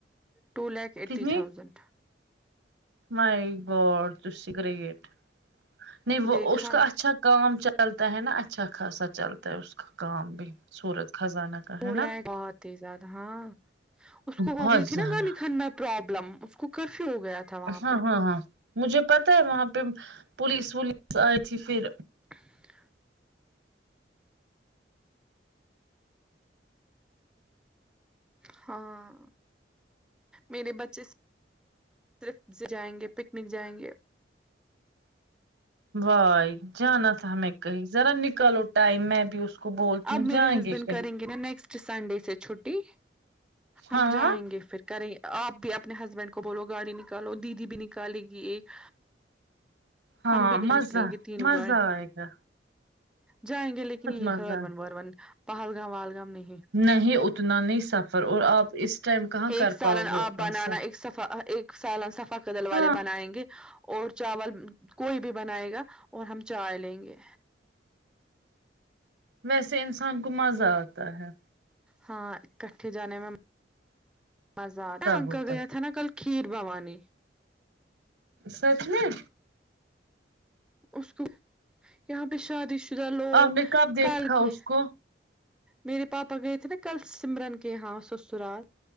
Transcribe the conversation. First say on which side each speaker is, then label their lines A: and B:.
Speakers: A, in the centre; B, on the right.
A: ٹو لاکھ ایٹی
B: کتنی
A: تھاؤزینڈ
B: مائی گوڈ تسی گریٹ نہیں وہ
A: دیکھا
B: اس کا اچھا کام چل چلتا ہے نا اچھا خاصا چلتا ہے اس کا کام بھی سورت خزانہ کا ہے
A: بولا
B: نا
A: اے بہت ہی زیادہ ہاں اس کو
B: بہت
A: ہو گئی
B: زیادہ
A: تھی نا گالی کھنا پرابلم اس کو کرفیو ہو گیا تھا وہاں
B: ہاں
A: پہ
B: ہاں ہاں مجھے پتا ہے وہاں پر پولیس ولیس آئی تھی پھر
A: <inaudible> ہاں میرے بچے صرف جائیں گے پکنک جائیں گے
B: بھائی جانا تھا ہمیں کہیں ذرا نکالو ٹائم میں بھی اس کو بولتی
A: اب
B: ہوں
A: میرے
B: جائیں
A: ہسبینڈ
B: گے کہیں
A: کریں گے نا نیکسٹ سنڈے سے چھٹی
B: ہاں
A: ہم جائیں گے پھر کریں آپ بھی اپنے ہسبینڈ کو بولو گاڑی نکالو دیدی بھی نکالے گی ایک
B: ہاں
A: ہم بھی نکلیں
B: مزہ
A: گے تینوں
B: مزہ
A: گاڑی
B: آئگا
A: جائیں گے لیکن یہ
B: مزہ
A: ہر ون ور ون پہلگام وہلگام نہیں
B: نہیں اتنا نہیں سفر اور آپ اس ٹائم کہاں
A: ایک
B: کر
A: سالن
B: پاؤ
A: آپ
B: گے اتنا
A: بنانا
B: سفر
A: ایک سفا ایک سالن صفا کدل والے
B: ہاں
A: بنائیں گے اور چاول کوئی بھی بنائے گا اور ہم چائے لیں گے
B: ویسے انسان کو مزہ آتا ہے
A: ہاں اکٹھے جانے میں مزہ آتا انکل
B: ہوتا
A: گیا
B: ہے
A: تھا نا کل کھیر بھوانی
B: سچ میں
A: اس کو یہاں پہ شادی شدہ لوگ
B: آپ نے کب دیکھا
A: کال کے
B: اس کو
A: میرے پاپا گئے تھے نا کل سمرن کے ہاں سسرال